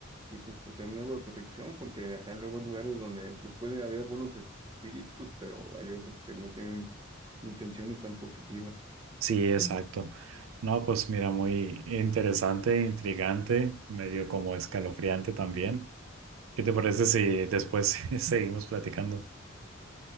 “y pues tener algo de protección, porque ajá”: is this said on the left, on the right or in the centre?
Right